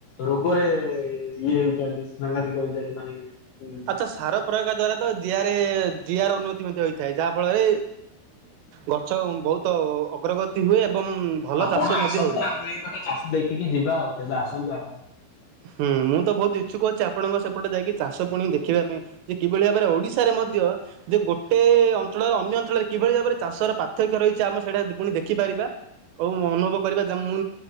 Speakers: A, on the left; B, on the right.
A: ରୋଗ ରେ ଇଏ ହେଉଛନ୍ତି ସାଘାତିକ ହେଇ ଯାଉଛି ମାନେ ହୁଁ
B: ଆଚ୍ଛା ସାର ପ୍ରୟୋଗ ଦ୍ଵାରା ତ ଯିଆରେ ଜିଆର ଉନ୍ନତି ମଧ୍ୟ ହୋଇଥାଏ ଯାହାଫଳରେ ଗଛ ବହୁତ ଅଗ୍ରଗତି ହୁଏ ଏବଂ ଭଲ
A: ଆପଣ
B: ଚାଷ
A: ଆସନ୍ତୁ
B: ମଧ୍ୟ ହୋଇଥାଏ।
A: ଆମର ଏଇପଟେ ଚାଷ ଦେଖିକି ଯିବା ଆଉ କେବେ ଆସନ୍ତୁ ଆପଣ।
B: ହୁଁ ମୁଁ ତ ବହୁତ ଇଛୁକ ଅଛି ଆପଣଙ୍କ ସେପଟେ ଯାଇକି ଚାଷ ପୁଣି ଦେଖିବା ପାଇଁ ଯେ କିଭଳି ଭାବରେ ଓଡିଶାରେ ମଧ୍ୟ ଯେ ଗୋଟେ ଅଞ୍ଚଳର ଅନ୍ୟ ଅଞ୍ଚଳରେ କିଭଳି ଭାବରେ ଚାଷର ପାର୍ଥକ୍ୟ ରହିଛି ଆମ ସେଇଟା ପୁଣି ଦେଖିପାରିବା। ହଉ ଅନୁଭବ କରିବା ମୁଁ